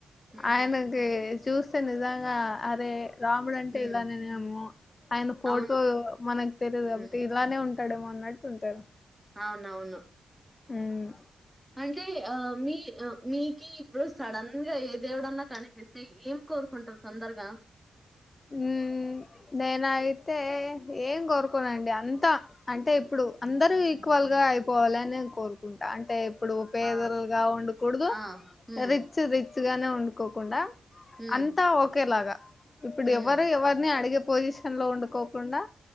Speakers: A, in the centre; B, on the left.
A: హ్మ్.
B: ఆయనకి చూస్తే నిజంగా అరే రాముడు అంటే
A: హ్మ్.
B: ఇలానేనేమో ఆయన ఫోటో
A: అవును.
B: మనకు తెలియదు. కాబట్టి
A: హ్మ్.
B: ఇలానే ఉం ఉంటాడేమో అన్నట్టు ఉంటాడు.
A: అవునవును
B: హ్మ్
A: అంటే ఆ మీ అ మీకి ఇప్పుడు సడన్ గా ఏ దేవుడన్నా కనిపిస్తే ఏం కోరుకుంటారు తొందరగా.
B: ఉ నేనయితే ఏం కోరుకోనండి అంతా అంటే ఇప్పుడు అందరు ఈక్వల్ గా అయిపోవాలని కోరుకుంటా. అంటే ఇప్పుడు పేదలుగా
A: ఆ!
B: ఉండకూడదు.
A: ఆ! హ్మ్.
B: రిచ్ రి ముద్దుగానే వండుకోకుండా
A: హ్మ్.
B: అంతా ఒకేలాగా ఇప్పుడు
A: హ్మ్.
B: ఎవరు ఎవరిని అడిగి పొజిషన్ లో ఉండుకోకుండా